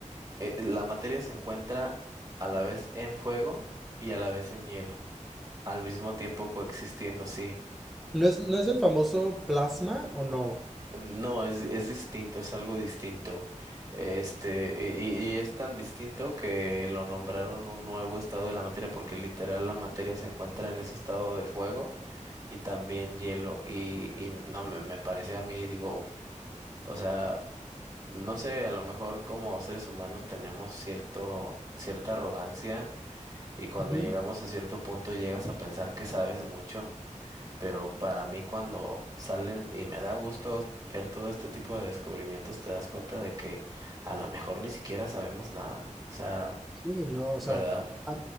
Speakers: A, on the right; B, in the centre.
A: eh, la materia se encuentra a la vez en fuego y a la vez en hielo, al mismo tiempo coexistiendo, sí.
B: ¿No es, no es del famoso plasma o no?
A: No, es, es distinto, es algo distinto. Este, y, y es tan distinto que lo nombraron un nuevo estado de la materia, porque literal la materia se encuentra en ese estado de fuego y también hielo. Y, y no, me, me pareció a mí, digo, o sea, no sé, a lo mejor como seres humanos tenemos cierto, cierta arrogancia y cuando
B: Ujú.
A: llegamos a cierto punto llegas a pensar que sabes mucho. Pero para mí cuando salen y me da gusto ver todo este tipo de descubrimientos, te das cuenta de que a lo mejor ni siquiera sabemos nada. O sea,
B: Sí, no, o sea,
A: ¿verdad?
B: a,